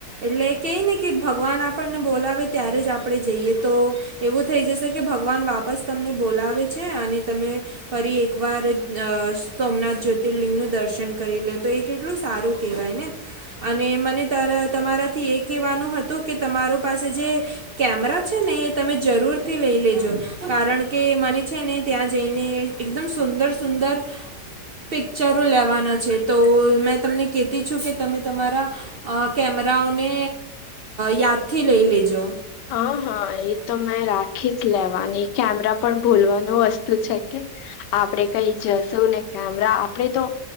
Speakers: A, on the right; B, on the left.
A: એટલે કઈ ને કે ભગવાન આપણને બોલાવે ત્યારે જ આપણેે જઈએ તો એવું થઈ જશે કે ભગવાન વાપસ તમને બોલાવે છે અને તમે ફરી એકવાર સોમનાથ જ્યોતિર્લિંગ નું દર્શન કરી લે તો એ કેટલું સારું કેહેવાય ને. અને મને ત તમારાથી એ કેવાનું હતું કે તમારો પાસે જે કેમેરા છે ને એ તમે જરૂરથી લઈ લેજો કારણ કે મને છે ને ત્યાં જઈને એકદમ સુંદર સુંદર સુંદર. પિક્ચરો લેવાના છે તો મેં તમને કતી છું કે તમે તમારા કેમ રાઓને યાદથી લઈ લેજો.
B: હા હા એ તો મેં રાખી જ લેવાની કેમેરા પણ ભૂલવાનું વસ્તુ છે કે. આપડે કઈ જશું ને કેમરા આપડે તો